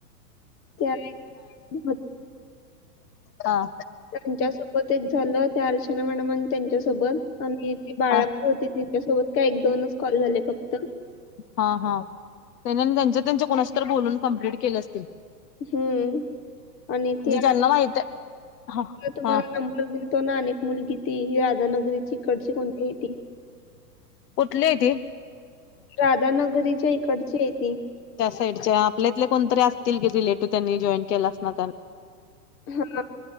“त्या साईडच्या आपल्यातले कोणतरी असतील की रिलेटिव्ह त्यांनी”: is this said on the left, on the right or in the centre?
Left